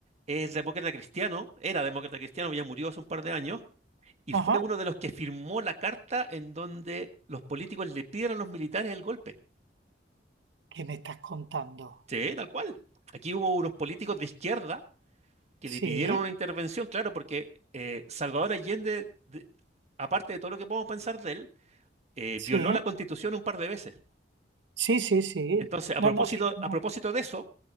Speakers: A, on the right; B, on the right.
A: es demócrata cristiano, era demócrata cristiano, ya murió hace un par de años, Y
B: Ajá,
A: fue uno de los que firmó la carta en donde los políticos le pidieron a los militares el golpe.
B: ¿qué me estás contando?
A: Sí, tal cual. Aquí hubo unos políticos de izquierda que le
B: Sí,
A: pidieron una intervención, claro, porque eh, Salvador Allende, de- aparte de todo lo que podemos pensar de él, eh,
B: sí.
A: violó la Constitución un par de veces.
B: Sí, sí, sí.
A: Entonces, a
B: No,
A: propósito,
B: no, sí. no.
A: a propósito de eso,